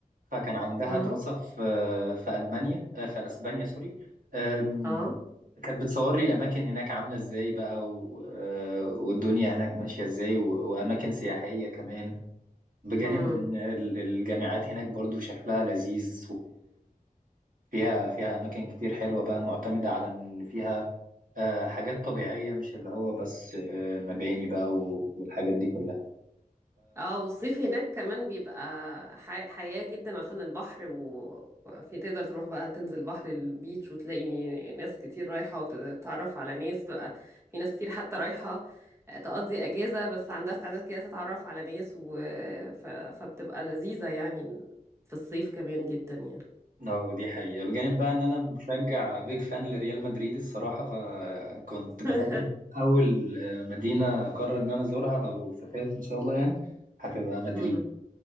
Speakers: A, on the right; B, on the right.
A: فكان عندها
B: امم
A: دراسه في آه، في المانيا آه، في اسبانيا سوري آم،
B: اه
A: كانت بتصور لي الاماكن هناك عامله ازاي بقى و- آه، والدنيا هناك ماشيه ازاي و- واماكن سياحيه كمان بجانب
B: امم
A: ان ال- الجامعات هناك برضو شكلها لذيذ فيها فيها أماكن كتير حلوة بقى معتمدة على إن فيها آه، حاجات طبيعية مش اللي هو بس آه، مباني بقى و- والحاجات دي كلها
B: اه والصيف هناك كمان بيبقى ح- حياة جدا عشان البحر و- وفي تقدر تروح بقى تنزل بحر البيتش وتلاقي ناس كتير رايحة وتتعرف على ناس تبقى في ناس كتير حتى رايحة تقضي أجازة بس عندها استعداد كده تتعرف على ناس و... ف... فبتبقى لذيذة يعني في الصيف كمان جدا يعني
A: اه دي حقيقة بجانب بقى إن أنا مشجع بيج فان لريال مدريد الصراحة فكنت
B: <laughs>
A: بفكر أول آه، مدينة أقرر إن أنا أزورها لو سافرت إن شاء الله يعني هتبقى مدريد
B: مم.